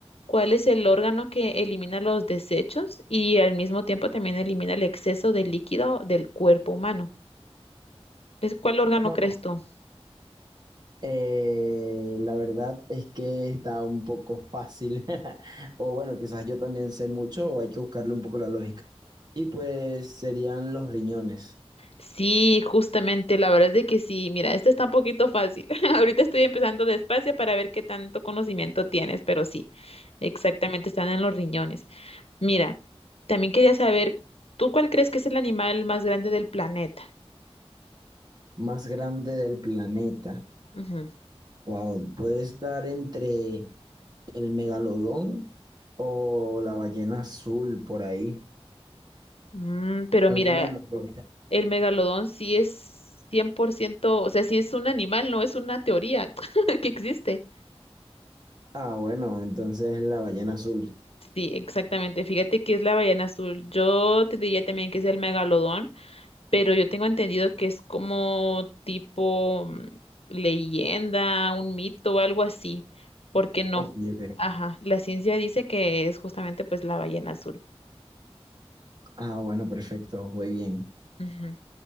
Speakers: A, on the left (about 65°); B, on the right (about 40°).
A: cuál es el órgano que elimina los desechos y al mismo tiempo también elimina el exceso de líquido del cuerpo humano. ¿Es cuál órgano
B: No.
A: crees tú?
B: Eh, la verdad es que está un poco fácil, <laughs> o bueno, quizás yo también sé mucho o hay que buscarle un poco la lógica. Y pues serían los riñones,
A: Sí, justamente, la verdad es de que sí. Mira, esta está un poquito fácil. <laughs> Ahorita estoy empezando despacio para ver qué tanto conocimiento tienes, pero sí, exactamente, están en los riñones. Mira, también quería saber, ¿tú cuál crees que es el animal más grande del planeta?
B: más grande del planeta.
A: Ujú.
B: Wow, puede estar entre el megalodón o la ballena azul por ahí,
A: Mm, pero
B: alguno
A: mira,
B: de los dos.
A: el megalodón sí es 100%, o sea, sí es un animal, no es una teoría <laughs> que existe.
B: Ah, bueno, entonces la ballena azul.
A: Sí, exactamente. Fíjate que es la ballena azul. Yo te diría también que es el megalodón. pero yo tengo entendido que es como tipo mm, leyenda, un mito o algo así, porque no.
B: Ok, ok.
A: Ajá, la ciencia dice que es justamente pues la ballena azul.
B: Ah, bueno, perfecto, muy bien.
A: Ujú.